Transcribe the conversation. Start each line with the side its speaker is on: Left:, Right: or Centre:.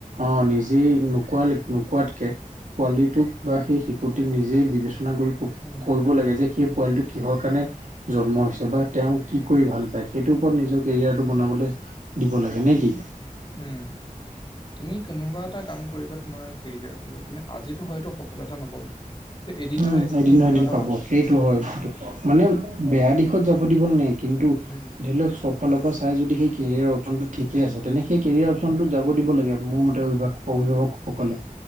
Right: অ নিজেই নোকোৱাল নোকোৱাতকে পোৱালিটোক বা সেই শিশুটিক নিজেই বিবেচনা
Left: উম
Right: কৰিব লাগে যে সেই পোৱালিটো কিহৰ কাৰণে জন্ম হৈছে বা তেওঁ কি কৰি ভাল পায় সেইটোৰ ওপৰত নিজৰ কেৰিয়াৰটো বনাবলৈ দিব লাগে নে কি
Left: উম তুমি কোনোবা এটা কাম কৰিব তোমাৰ কেৰিয়াৰ বাবে তুমি আজিতো হয়তো সফলতা নাপাব এদিন
Right: উম,
Left: নহয় এদিনতো
Right: এদিন
Left: সফলতা
Right: এদিন পাব
Left: পাবই
Right: সেইটো হয় কি মানে বেয়া দিশত যাব দিব নাই কিন্তু
Left: উম
Right: ধৰি লওক চব ফালৰ পৰা চাই যদি সেই কেৰিয়াৰৰ অপচনটো ঠিকেই আছে তেনে সেই কেৰিয়াৰ অপচনটো
Left: উম
Right: যাব দিব লাগে মোৰ মতে অভিভাৱক অভিভাৱকসকলে